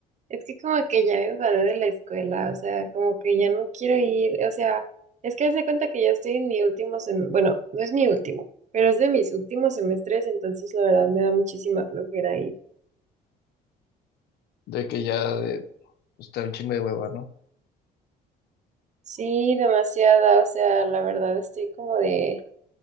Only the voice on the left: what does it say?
De que ya de, está un chingo de hueva, ¿no?